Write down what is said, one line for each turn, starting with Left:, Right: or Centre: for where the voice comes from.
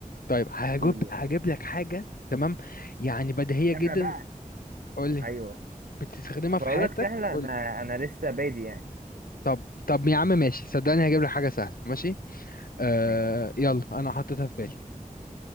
Left: طيب هجيب
Right: قول يلا
Left: هجيب لك حاجة تمام يعني بديهية
Right: سهلة
Left: جدا
Right: بقى
Left: قولي
Right: ايوه
Left: بتستخدمها
Right: اقول
Left: في حياتك
Right: لك سهلة
Left: قولي
Right: انا انا لسه بادي يعني
Left: طب طب يا عم ماشي صدقني هجيب لك حاجة سهلة ماشي آه
Right: ماشي
Left: يلا أنا حطيتها في بالي